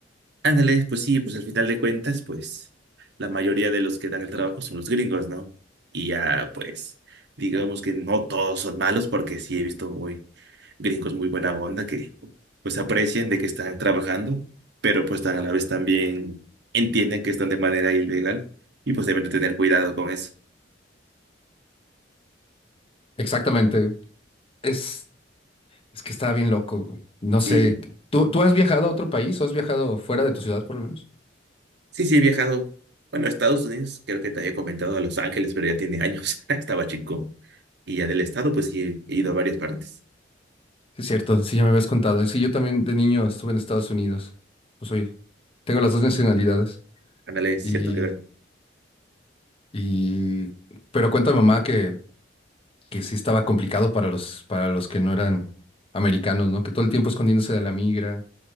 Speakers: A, on the right (about 65°); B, on the left (about 30°).
A: Ándale, pues sí, pues al final de cuentas, pues la mayoría de los que dan el trabajo son los gringos, ¿no? Y ya, pues, digamos que no todos son malos, porque sí he visto muy gringos muy buena onda que pues aprecian de que están trabajando, pero pues tan a la vez también entienden que están de manera ilegal y pues deben de tener cuidado con eso.
B: Exactamente. Es, es que estaba bien loco. güey. No
A: Sí,
B: sé. ¿Tú, tú has viajado a otro país o has viajado fuera de tu ciudad, por lo menos?
A: sí, sí, he viajado. Bueno, a Estados Unidos, creo que te había comentado a Los Ángeles, pero ya tiene años, <laughs> estaba chico. Y ya del estado, pues sí, he ido a varias partes.
B: Sí, Es cierto, sí, ya me habías contado. Sí, yo también de niño estuve en Estados Unidos. Pues soy, tengo las dos nacionalidades.
A: Ándale, es
B: Y
A: cierto que
B: Y, pero cuenta mamá que, que sí estaba complicado para los, para los que no eran americanos, ¿no? Que todo el tiempo escondiéndose de la migra,